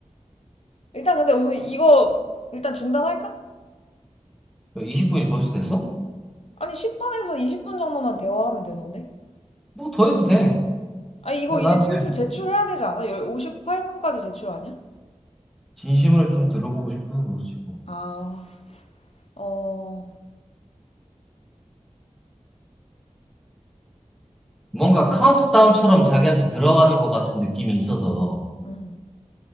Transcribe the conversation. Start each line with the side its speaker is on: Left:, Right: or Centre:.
Left: 일단 근데 오늘 이거 일단 중단할까?
Centre: 20분이 벌써 됐어?
Left: 아니 10분에서 20분 정도만 대화하면 되던데?
Centre: 뭐 더 해도 돼.
Left: 아니 이거
Centre: 야, 나
Left: 이제
Centre: 그냥
Left: 슬슬 제출해야 되지 않아? 58분까지 제출 아니야?
Centre: 진심을 좀 들어보고 싶어서 그렇지. 뭐.
Left: 아, 어,
Centre: 뭔가 카운트다운처럼 자기한테 들어가는 것 같은 느낌이 있어서
Left: 음,